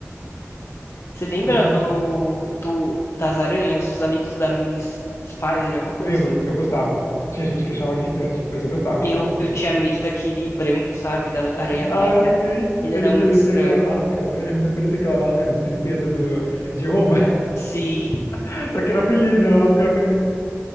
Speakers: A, on the left; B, on the left.
A: Você lembra
B: Não
A: do, do das aranhas, os amigos da Miss Spider, alguma coisa
B: lembro,
A: assim?
B: eu gostava. Tinha gente que achava irritante, mas eu gostava.
A: Eu, eu
B: <laughs>
A: tinha medo daquele branco, sabe? Da aranha branca.
B: Ah, eu sei.
A: Ele
B: Ele
A: era
B: parecia
A: muito estranho.
B: aquela máscara, né? Ele não parecia aquela máscara de tristeza do, de Roma,
A: Se
B: <laughs> só que era feliz, era uma máscara feliz.